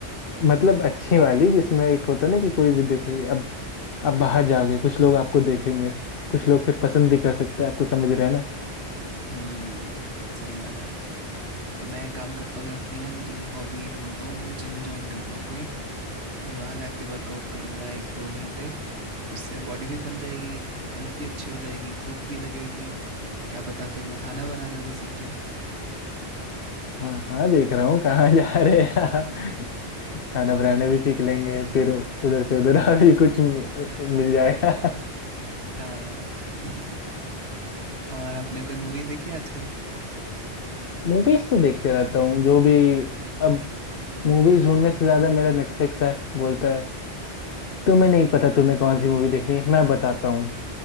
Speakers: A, on the left (about 55°); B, on the right (about 65°).
A: मतलब अच्छी वाली जिसमें एक होता है ना कि कोई भी देखे अब आप बाहर जाओगे कुछ लोग आपको देखेंगे कुछ लोग फिर पसंद भी कर सकते हैं आपको समझ रहे हैं ना
B: हुँ, सही बात है। तो मैं काम करता हूँ, मैं अपनी ना नई हॉबी ढूँढता हूँ, जिम जॉइन करता हूँ कोई। फिर वहाँ जाके वर्कआउट करूँगा एक दो घंटे उससे बॉडी भी बन जाएगी हेल्थ भी अच्छी हो जाएगी भूख भी लगेगी क्या पता फिर मैं खाना बनाना भी सीख जाऊँ
A: हाँ हाँ देख रहा हूँ कहाँ <laughs> जा रहे हैं आप खाना बनाना भी सीख लेंगे फिर उधर से उधर <laughs> और भी कुछ म-
B: <laughs>
A: मिल जाएगा
B: हाँ <laughs> और आपने कोई मूवी देखी है आजकल
A: मूवीज तो देखते रहता हूँ जो भी अब मूवीज ढूंढने से ज्यादा मेरा नेटफ्लिक्स है बोलता है तुम्हें नहीं पता तुम्हें कौन सी मूवी देखनी है मैं बताता हूँ